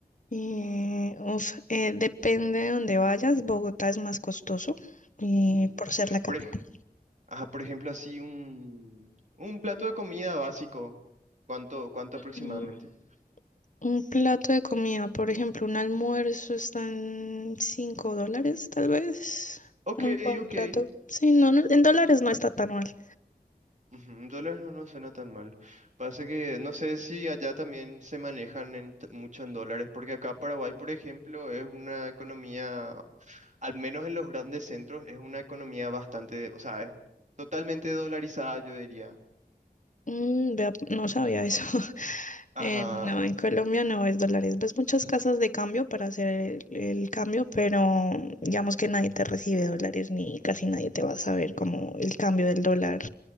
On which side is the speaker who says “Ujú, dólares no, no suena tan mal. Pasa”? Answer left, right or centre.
Right